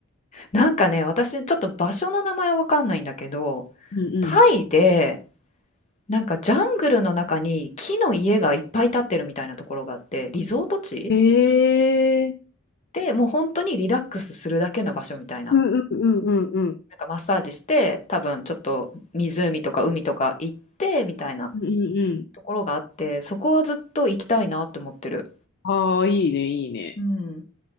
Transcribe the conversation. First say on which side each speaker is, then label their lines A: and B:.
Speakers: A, on the left (about 30°); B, on the left (about 50°).
A: なんかね、私ちょっと場所の名前はわかんないんだけど、
B: うん
A: タイで、なんかジャングルの中に木の家がいっぱい建ってるみたいなところがあって、リゾート地
B: へえ。
A: で、もう本当にリラックスするだけの場所みたいな。
B: うんうんうんうんうん。
A: なんかマッサージして多分ちょっと湖とか海とか行ってみたいな
B: うんうんうん。
A: ところがあってそこはずっと行きたいなって思ってる。
B: ああ、いいね、いいね。
A: うん。